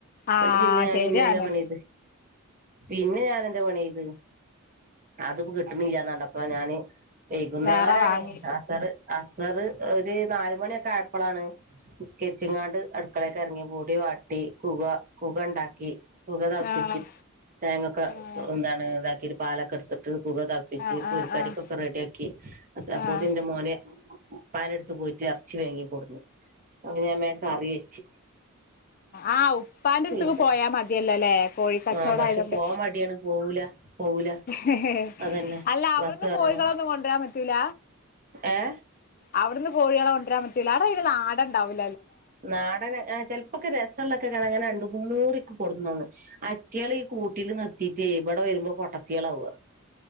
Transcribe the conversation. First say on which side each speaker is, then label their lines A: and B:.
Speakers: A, on the right (about 40°); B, on the left (about 40°).
A: എന്നിട്ട്
B: ആഹ്
A: പിന്നെ ഞാൻ
B: ശരിയാണ്
A: പിന്നെ എന്താ പണിയ്ത് പിന്നെ ഞാൻെന്റെ പണിയ്ത് അത്പ്പോ കിട്ടുന്നില്ലന്നണ്ടപ്പൊ ഞാന് വൈകുന്നേരാണ്
B: വേറെ വാങ്ങി
A: അസറ് അസറ് ഒരു നാല്മണിയൊക്കെ ആയപ്പളാണ് നിസ്കരിച്ക്കാണ്ട് അടുക്കളേക്ക് അറങ്ങി പൊടി വാട്ടി കുക കുകണ്ടാക്കി. കുക തെളപ്പിച്ച്
B: ആഹ്
A: തേങ്ങൊക്കൊ
B: ആഹ്
A: എന്താണ് ഇതാക്കി പാലൊക്കെ എടുത്തിട്ട്- കുക തെളപ്പിച്ച്
B: ആഹ്
A: പൊരിക്കടിക്കൊക്കെ
B: ആഹ് ആഹ്
A: റെഡിയാക്കി അത് അപ്പൊത്തിന്
B: ആഹ്
A: എന്റെമോനേ- ഉപ്പാന്റെടുത്ത് പോയിട്ട് എറച്ചി വേങ്ങി കൊടുന്ന് ഞാൻ വേഗം കറി വെച്ചു
B: ആ ഉപ്പാന്റെടുത്തേക്ക്
A: ആക്കട്ടെ
B: പോയാ മതിയല്ലോല്ലേ കോഴിക്കച്ചോടം
A: ആഹ് പക്ഷെ
B: ആയതുകൊണ്ട്
A: പോവാൻ മടിയാണ് പോവൂല പോവൂല
B: ഹെ ഹെ
A: അതന്നെ
B: അല്ലാ - അവിടുന്ന്
A: ബസ് കയറണം
B: കോഴികളൊന്നും കൊണ്ടു വരാൻ പറ്റൂല
A: ഏഹ്
B: അവിടുന്ന് കോഴികളെ കൊണ്ടരാൻ പറ്റില്ല അവിടെ അയ്ന് നാടൻ ഇണ്ടാവില്ല
A: നാടൻ ആ ചെലപ്പൊക്കെ രസ യുള്ളതൊക്ക കാണാം അങ്ങനെ അണ്ടുമുന്ന്റിക്ക് കൊടുന്നന്ന്. അറ്റികള് ഈ കൂട്ടില് നിർത്തിട്ടേ ഇവിടെ വരുമ്പോ പൊട്ടത്തിയാളവുക.